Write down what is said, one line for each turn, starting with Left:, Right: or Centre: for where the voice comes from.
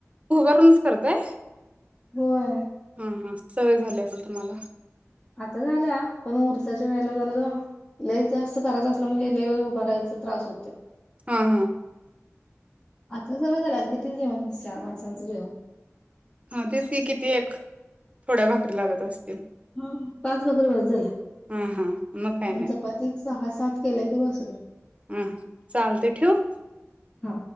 Right: उबारूनच करताय
Left: होय.
Right: हा हा सवय झाली असेल तुम्हाला
Left: आता झाल्या पण उरसाच्या वेळेला जरा लईच जास्त करायच असला म्हणजे लइ वेळ उभारायचं त्रास होतयं
Right: हा हा
Left: आता सवय झालिया किती जेवण चार मानसांचं जेवण
Right: ह तीच की किती एक थोड्या भाकरी लागत असतील.
Left: हा पाच भाकरी बस झाल्या
Right: हा हा मग काय नाही
Left: चपाती सहा सात केल्या कि बस होतंय
Right: हा हा चालतंय ठेवू हा
Left: हा